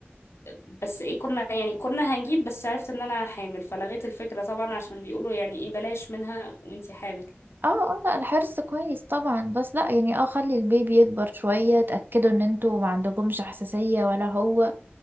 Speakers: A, on the left; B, on the right.
A: بس ايه كنا يعني كنا هنجيب بس عرفت ان انا حامل فلغيت الفكرة طبعا عشان بيقولوا يعني ايه بلاش منها وانتي حامل
B: اه اه لا الحرص كويس طبعا بس لا يعني اه خلي البيبي يكبر شوية تأكدوا ان انتوا ما عندكمش حساسية ولا هو